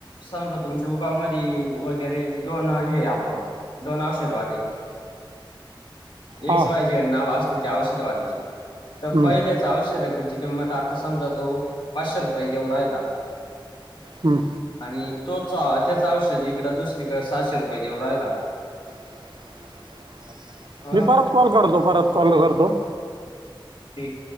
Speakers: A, on the left (about 70°); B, on the right (about 60°).
A: संग तुमच्या उगाव मदी वगैरे दोन हे आपलं दोन औषधवादी.
B: हां
A: एक्स वाय झेड नाव असतील ते औषधवालीचे तर
B: हं.
A: पहिलेच औषध किंमत आता समजा तो पाचशे रुपये देऊ राहिला
B: हं.
A: आणि तोच त्याच औषध इकडं दुसरीक सहाशे रुपेये देऊ राहिला
B: <unintelligible>
A: ह
B: मी परत कॉल करतो, परत कॉल करतो.
A: ठिक